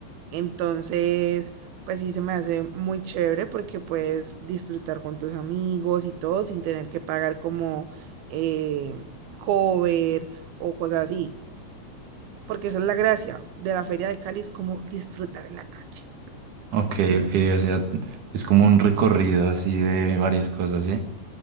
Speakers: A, on the right (about 75°); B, on the right (about 60°).
A: Entonces, pues sí se me hace muy chévere porque puedes disfrutar con tus amigos y todo sin tener que pagar como eh, cover o cosas así. Porque esa es la gracia de la Feria de Cali, es como disfrutar en la calle.
B: Ok, ok, o sea, es como un recorrido así de varias cosas, ¿sí?